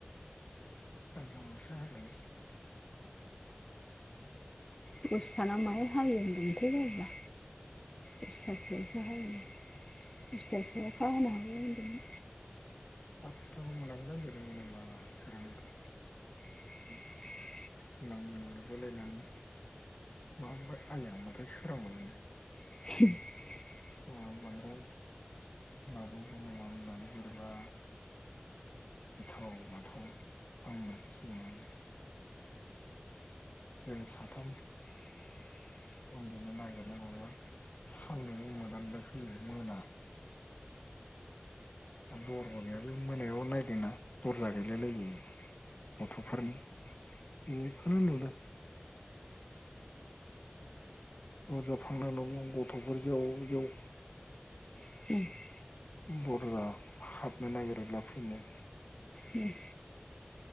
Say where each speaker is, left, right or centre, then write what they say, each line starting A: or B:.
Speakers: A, on the left; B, on the left.
A: अ' सा होबाय?
B: दसेथाना माया हायो होनदोंथाय बाबुवा? दस्थासोआवसो हायो। दस्थासोआव अखा हानो हागौ होनदोंमोन।
A: म'स्थ <unintelligible>
B: <inaudible>
A: सिमां नुगुरलाय लाङो। माफ्राय आया माथो सोरांबाय।
B: <unintelligible>
A: फुङावबो बांद्राय माबाबुन मानगुरबा गिथाव बाथाव थारमोन सिमाङानो। जों साथाम
B: <inaudible>
A: उन्दुनो नागिरनाय नङा सान्दुंनि मोदानाय फैयो मोना आरो दरबो गैया बे मोनायाव नायदोंना दर्जा गैलायलायै। गथ'फोरनि बेखौनो नुदों। दरजा फांनायल' गथ'फोर जेव जेव
B: आगोलनिखौ
A: बुरजा हाबनो नागिरोब्ला फैनाय
B: उम